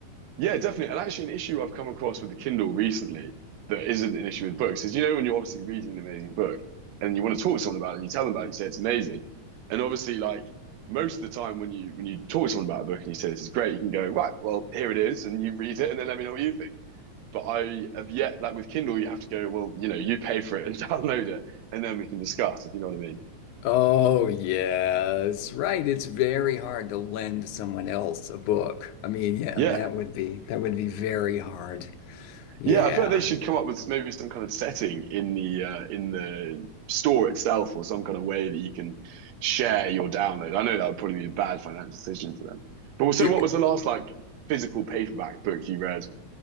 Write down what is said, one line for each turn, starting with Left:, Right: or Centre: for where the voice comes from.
Right: Yeah, definitely. And actually, an issue I've come across with the Kindle recently that isn't an issue with books is you know, when you're obviously reading an amazing book and you want to talk to someone about it and you tell them about it, you say it's amazing. And obviously, like most of the time when you when you talk to someone about a book and you say this is great, you can go, right, well, here it is, and you read it and then let me know what you think. But I have yet, like with Kindle, you have to go, well, you know, you pay for it and <laughs> download it, and then we can discuss, if you know what I mean.
Left: Oh, yes, right. It's very hard to lend someone else a book. I mean, yeah,
Right: Yeah.
Left: that would be that would be very hard. Yeah.
Right: Yeah, I feel like they should come up with maybe some kind of setting in the uh, in the store itself, or some kind of way that you can share your download. I know that would probably be a bad financial decision for them. But so,
Left: It-
Right: what was the last like physical paperback book you read? <laughs>